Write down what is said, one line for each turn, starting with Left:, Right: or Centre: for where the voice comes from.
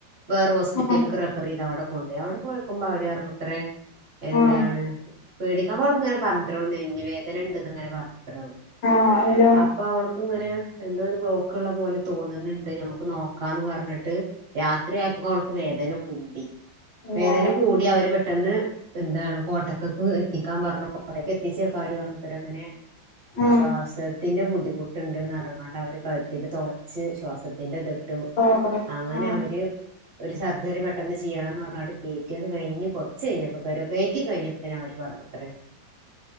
Right: വേറെ ഹോസ്പിറ്റല്ക്ക്
Left: ആഹ്
Right: റഫറെയ്ത് അവിടെ കൊണ്ടോയി അവിടെ പോയ ക്കുമ്പോ അവര് പറഞ്ഞുത്രേ എന്താണ്
Left: ആഹ്
Right: പേടിക്കാ <unintelligible> ഇങ്ങനെ പറഞ്ഞുത്രേ ഓള് നെഞ്ച് വേദന ഇണ്ടെന്ന്ങ്ങനെ പറഞ്ഞുത്രേ അവള്
Left: ആഹ് അയിലോ
Right: അപ്പൊ അവൾക്ക് ഇങ്ങനെ എന്തോ ഒര് ബ്ലോക്ക്ള്ള പോലെ തോന്ന്ന്ന്ണ്ട് ഞമ്മക്ക് നോക്കാന്ന് പറഞ്ഞിട്ട് രാത്രി ആയപ്പോക്ക് അവള്ക്ക് വേദന കൂടി
Left: പിന്നെ
Right: വേദന കൂടി അവര് പെട്ടെന്ന് എന്താണ് കോട്ടക്കക്ക് എത്തിക്കാൻ പറഞ്ഞു കോട്ടക്ക് എത്തിച്ചേക്ക് അവര് പറഞ്ഞുത്രേ ഇങ്ങനെ
Left: ആഹ്
Right: ശ്വാസ ത്തിന്റെ ബുദ്ധിമുട്ട്ണ്ട്ന്ന് പറഞ്ഞ്ക്കാണ്ട് അവര് കഴ്ത്തില് തൊളച്ച് ശ്വാസത്തിന്റെ ഇതിട്ടു
Left: ഓഹ്
Right: അങ്ങനെ
Left: ആഹ്
Right: അവര് ഒര് സർജറി പെട്ടെന്ന് ചെയ്യണംന്ന് പറഞ്ഞാണ്ട് കേ റ്റി അത് കഴിഞ്ഞ് കൊറച്ച് കഴിഞ്ഞപ്പൊ <unintelligible> കേറ്റി കഴിഞ്ഞപ്പോ തന്നെ അവര് പറഞ്ഞുത്രേ